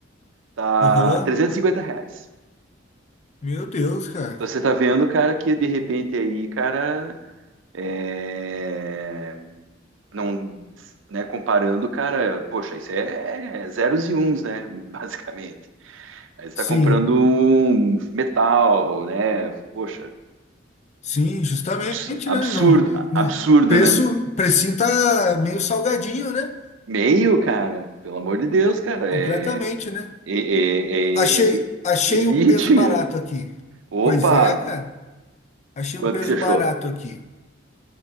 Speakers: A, on the right; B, on the left.
A: tá
B: Aham,
A: 350 reais.
B: Meu Deus, cara.
A: Então você tá vendo, cara, que de repente aí, cara, é, não, né, comparando, cara, poxa, isso é é zeros e uns, né, <laughs> basicamente. Aí você
B: Sim,
A: tá comprando um metal, né, poxa,
B: sim, justamente,
A: abs- absurdo,
B: né? Não, né?
A: absurdo,
B: Preço,
A: né?
B: precinho tá meio salgadinho, né?
A: Meio, cara, pelo amor de Deus, cara, é
B: Completamente, né?
A: É, é,
B: Achei,
A: é, é
B: achei
A: Elite,
B: um peso barato
A: <laughs> meu.
B: aqui.
A: Opa!
B: Pois é, cara. Achei
A: Quanto
B: um peso
A: que você achou?
B: barato aqui.